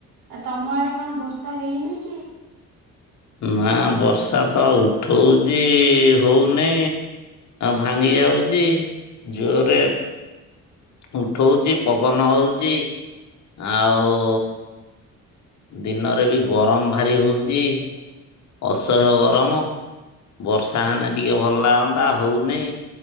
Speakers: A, on the right; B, on the left.
A: ଆଉ ତମ ଆଡେ କଣ ବର୍ଷା ହେଇନି କି?
B: ନା ବର୍ଷା ତ ଉଠଉଚି ହଉନି, ଭାଙ୍ଗି ଯାଉଚି ଜୋରେ ଉଠଉଛି, ପବନ ହଉଛି, ଆଉ ଦିନରେ ବି ଗରମ ଭାରି ହଉଛି, ଅସହ୍ୟ ଗରମ, ବର୍ଷା ହେଲେ ଟିକେ ଭଲ ଲାଗନ୍ତା, ହଉନାହିଁ,